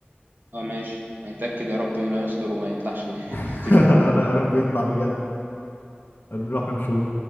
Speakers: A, on the right; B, on the left.
A: اه ماشي هيتاكد يا رب انه يستر وما يطلعش <laughs>
B: <laughs>
A: تجربته
B: أنا يا رب يطلع بجد هنروح نشوف